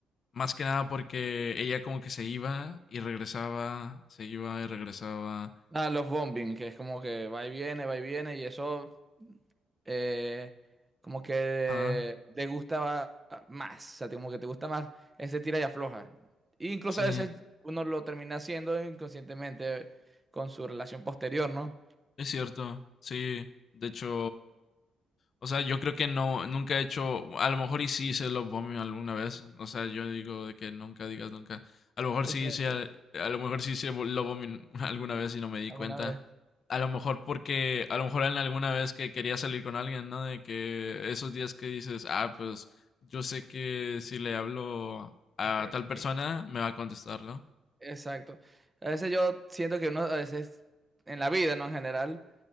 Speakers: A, on the left; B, on the right.
A: Más que nada porque ella como que se iba y regresaba, se iba y regresaba.
B: Ah, los bombing, que es como que va y viene, va y viene, y eso eh, como que
A: Ah,
B: te gusta más, o sea, te- como que te gusta más ese tira y afloja. E incluso
A: sí.
B: a veces uno lo termina haciendo inconscientemente con su relación posterior, ¿no?
A: Es cierto, sí. De hecho, o sea, yo creo que no, nunca he hecho, a lo mejor y sí hice love bombing alguna vez. O sea, yo digo de que nunca digas nunca. A lo mejor sí
B: Exacto.
A: hice, a lo mejor sí hice love bombing <laughs> alguna vez y no me di
B: ¿Alguna
A: cuenta.
B: vez?
A: A lo mejor porque, a lo mejor en alguna vez que quería salir con alguien, ¿no? De que esos días que dices, ah, pues yo sé que si le hablo a
B: Ok,
A: tal persona
B: ok.
A: me va a contestar, ¿no?
B: Exacto. A veces yo siento que uno, a veces en la vida, ¿no? En general.